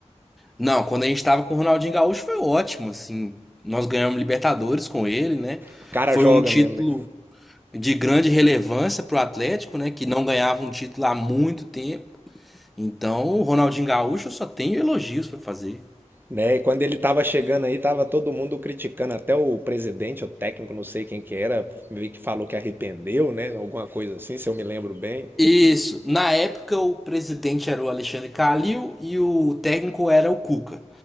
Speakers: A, in the centre; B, on the right.
A: não, quando a gente tava com o Ronaldinho Gaúcho foi ótimo, assim. Nós ganhamos Libertadores com ele, né?
B: O cara
A: Foi
B: joga
A: um título
B: mesmo, né?
A: de grande relevância pro Atlético, né, que não ganhava um título há muito tempo. Então, o Ronaldinho Gaúcho eu só tenho elogios pra fazer.
B: Né? E quando ele estava chegando aí, tava todo mundo criticando, até o presidente, o técnico, não sei quem que era, meio que falou que arrependeu, né? Alguma coisa assim, se eu me lembro bem.
A: Isso. Na época, o presidente era o Alexandre Calil e o técnico era o Cuca.